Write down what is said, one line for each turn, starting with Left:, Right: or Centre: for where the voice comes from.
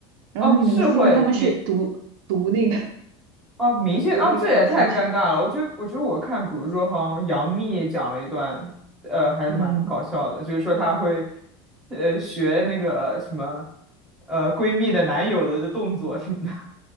Right: 然后那个明星呢，
Centre: 哦，是会明
Right: 他们是读读那个
Centre: 啊，明星啊，
Right: <laughs> 读那个提示，
Centre: 这也太尴尬了。我觉得，我觉得我看，比如说，好像杨幂讲了一段，呃，还蛮搞笑的，
Right: 嗯，
Centre: 就是说她会，呃，学那个什么，呃，闺蜜的男友的的动作什么的。<laughs>